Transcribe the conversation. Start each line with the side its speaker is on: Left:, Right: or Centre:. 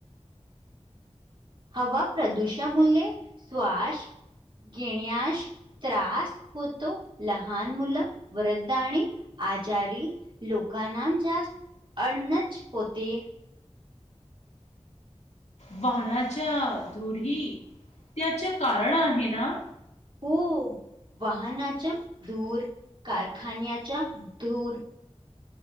Right: हवा प्रदूषा मूल्ये श्वांस घेण्यायाशं त्रास होतो लहान मुल वृद् आणि आजारी लोकांना जांस्त अडनंच होते.
Left: वाहनांच्या धुरि त्यांच कारण आहे नां?
Right: हों वाहनांच्या धूरं कारखान्यांचा धूरं.